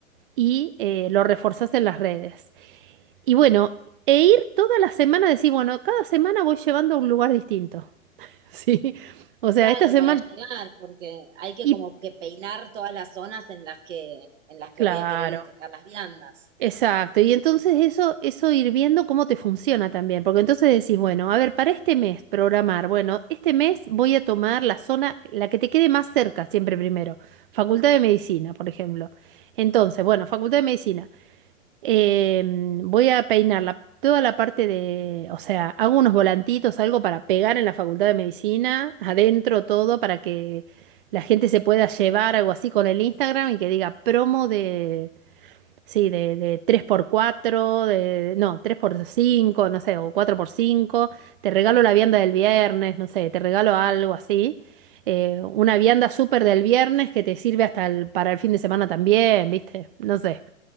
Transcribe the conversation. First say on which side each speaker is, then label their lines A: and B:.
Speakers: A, on the right; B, on the right.
A: y eh, lo reforzás en las redes. Y bueno, e ir toda la semana, decir, bueno, cada semana voy llevando a un lugar distinto. <laughs> Sí, o sea,
B: Claro,
A: esta semana.
B: para llegar, porque hay que
A: Y
B: como que peinar todas las zonas en las que, en las
A: claro,
B: que voy a querer entregar las viandas.
A: Exacto, y entonces eso, eso ir viendo cómo te funciona también, porque entonces decís, bueno, a ver, para este mes programar, bueno, este mes voy a tomar la zona, la que te quede más cerca siempre primero, Facultad de Medicina, por ejemplo. Entonces, bueno, Facultad de Medicina, eh, voy a peinar la- toda la parte de, o sea, hago unos volantitos, algo para pegar en la Facultad de Medicina, adentro todo, para que la gente se pueda llevar algo así con el Instagram y que diga promo de Sí, de, de tres por cuatro de, no, tres por cinco no sé, o cuatro por cinco Te regalo la vianda del viernes, no sé, te regalo algo así. Eh, una vianda súper del viernes que te sirve hasta el- para el fin de semana también, ¿viste? No sé.